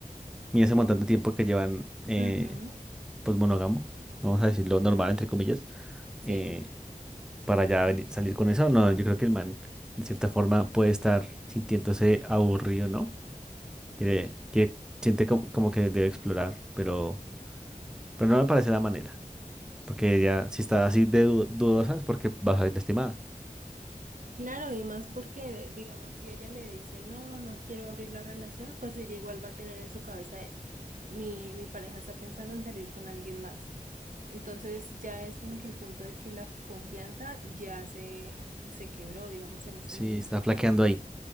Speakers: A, in the centre; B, on the right.
A: ni ese montón de tiempo que llevan eh,
B: Ujú,
A: pues monógamo, vamos a decirlo normal entre comillas.
B: Sí,
A: eh, para ya veni- salir con eso. No, yo creo que el man, de cierta forma, puede estar sintiéndose aburrido, ¿no? Quiere, quiere, siente como, como que debe explorar, pero, pero no me parece la manera. Porque ella, si está así de du- dudosa, es porque va a salir lastimada.
B: Claro, y más porque, digamos, si ella le dice, no, no quiero abrir la relación, pues ella igual va a tener en su cabeza, de, mi, mi pareja está pensando en salir con alguien más. Entonces ya es como que el punto de que la confianza ya se, se quebró, digamos, en este
A: Sí,
B: momento.
A: está flaqueando ahí.